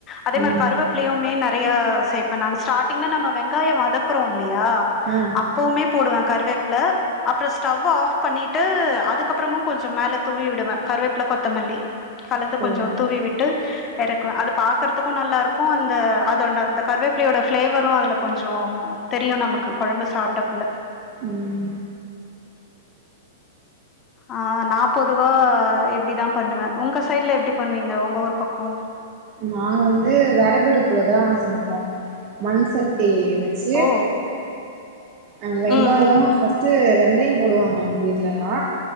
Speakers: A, on the left; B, on the right.
A: அதே மார்
B: ம்
A: கருவேப்லியு
B: ம்
A: மே நறையா சேப்பே நானு ஸ்டாட்டிங்ல நம்ம வெங்காயோ வதக்றோ லியா
B: ஆ
A: அப்போமே போடுவே கறிவேப்ல அப்றோ ஸ்டவ் ஆஃப் பண்ணிட்டு அதுக்கப்றமு கொஞ்சு மேல தூவி விடுவே கருவேப்ல கொத்தமல்லி கலந்து கொஞ்சோ
B: ஓ
A: தூவி விட்டு யறக்வே அது பாக்கறத்துக்கு நல்லார்க்கு அந்த அதோன்ட அந்த கருவேப்பிலையோட ஃப்ளேவரு அதுல கொஞ்சோ தெரியு நமக்கு கொழம்பு சாப்டக்குள்ள
B: ம்
A: ஆ நா பொதுவா இப்டிதா பண்ணுவே உங்க சைட்ல எப்டி பண்வீங்க உங்க ஊர் பக்கோ
B: நா வந்து வெறகு அடுப்ல தா சமப்போ மண்சட்டி வெச்சு
A: ஓ
B: அ வெங்காயோ
A: ம் ம்
B: ஃபஸ்ட்டு வெந்தய போடுவாங்க எங் வீட்லல்லா